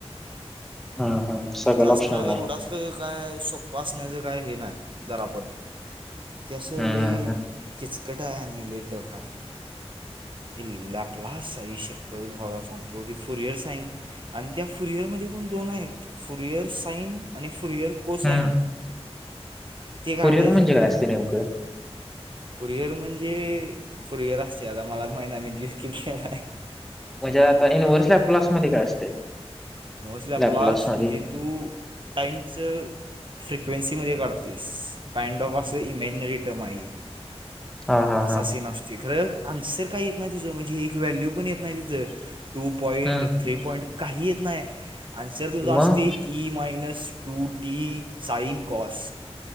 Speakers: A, in the centre; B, on the right.
A: हा हा सगळं
B: तिथ असं
A: ऑप्शनल
B: काय
A: नाही
B: एवड अस काय सोप्पं असण्याचं काय हे नाय जरा पण ते असं
A: हम्म
B: लइ किचकटायआणि लइ टफ हाय ती लॅपलास आइ शप्पथ भावा तुला सांगतो ते फरियर साइन आणि त्या फुरिअर मदे पण दोन हाइत फुरिअर साईन आणि फुरियर कोसाईन
A: हम्म
B: ते काडायच
A: कुरिअर म्हणजे काय असते नेमकं
B: फुरइयर म्हणजे फुरइयर असतय आता मला ब माहित नाय मी द स्किप केलाय
A: म्हणजे आता इनव्हर्स लॅप्लॉस मदे काय असतय
B: मोस्टली आपलास
A: लॅपलास मदे
B: म्हणजे तू टाईमच फ्रिक्वेन्सीमध्ये काढतोयस काइंड ऑफ असं इमॅजनरी टम आहे.
A: हा हा
B: असा
A: हा
B: सीन असतोय खरं आन्सर काय येत नाय तुज म्हणजे एक व्हॅल्यू पण येत नाही तिचं टु पाॅईंट
A: हम्म
B: थ्री पाॅईंट काही येत नाही आणि सर सुद्धा अस
A: मग
B: e minus two t sine cos